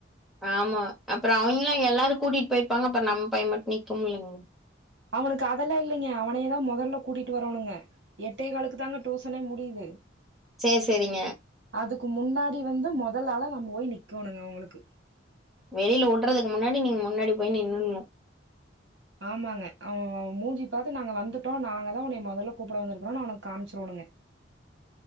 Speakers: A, in the centre; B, on the right.
A: ஆமா அப்புற அவிங்கல எல்லாரு கூட்டிட்டு போயிருப்பாங்க அப்ப நம்ம பைய்ய மட்டு நிக்குமில்லிங்
B: அவனுக்கு அதெல்லா இல்லைங்க அவனையேதா மொதல்ல கூட்டிட்டு வரோனுங்க எட்டே காலுக்கு தாங்க டூசனே முடியிது
A: சேரி சேரிங்க
B: அதுக்கு முன்னாடி வந்து முதலாளா நம் போய் நிக்கோணுங்க அவுங்களுக்கு
A: வெளில உட்டுறதுக்கு முன்னாடி நீங்க முன்னாடி போய் நின்னுட்னு
B: ஆமாங்க அவுவு மூஞ்சி பாத்து நாங்க வந்துட்டோ நாங்க தா உன்னைய மொதல்ல கூப்புட வந்துருக்குறோனு அவுனுக் காமிச்சிரோணுங்க